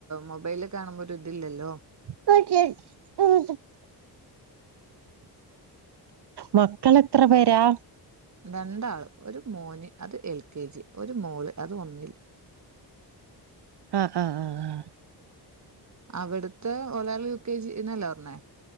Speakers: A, on the right; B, on the right.
A: മൊബൈലിൽ കാണുമ്പോ ഒരു ഇതില്ലല്ലോ
B: <unintelligible> മക്കൾ എത്ര പേരാ
A: രണ്ടാള് ഒരു മോന് അത് എൽ കെ ജി ഒരു മോള് അത് ഒന്നില്
B: ആഹ് ആഹ് ആഹ് ആഹ്
A: അവിടുത്തെ ഒരാള് യു കെ ജീന്നല്ലേ പറഞ്ഞേ